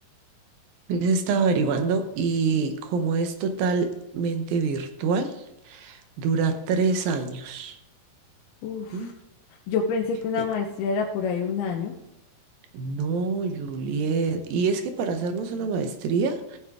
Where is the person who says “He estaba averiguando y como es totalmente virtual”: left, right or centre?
Right